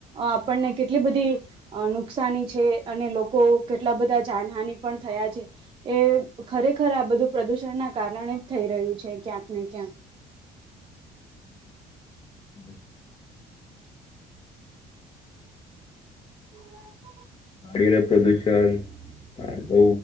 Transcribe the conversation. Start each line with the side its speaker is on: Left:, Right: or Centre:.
Right: આપણને કેટલી બધી નુકસાની છે અને લોકો કેટલા બધા જાનહાની પણ થયા છે એ ખરેખર આ બધું પ્રદુષણના ના કારણે જ થઈ રહ્યું છે ક્યાંક ને ક્યાંક
Left: <inaudible>
Right: હ <unintelligible>
Left: ગડીઓ પ્રદુષણ બહુ